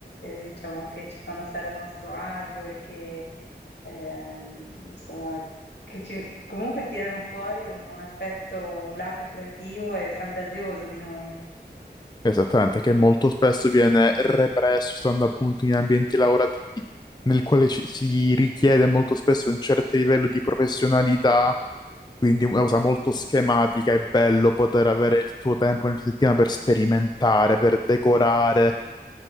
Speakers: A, on the left; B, on the left.
A: eh, diciamo, che ci fanno stare a nostro agio e che, ehm, insomma, che ci, comunque tirano fuori un, un aspetto, un lato creativo e fantasioso di noi.
B: Esattamente, che molto spesso viene represso, stando appunto in ambienti lavorativi nel quale ci- si richiede molto spesso un certo livello di professionalità, quindi una cosa molto schematica, è bello poter avere il tuo tempo nel fine settimana per sperimentare, per decorare,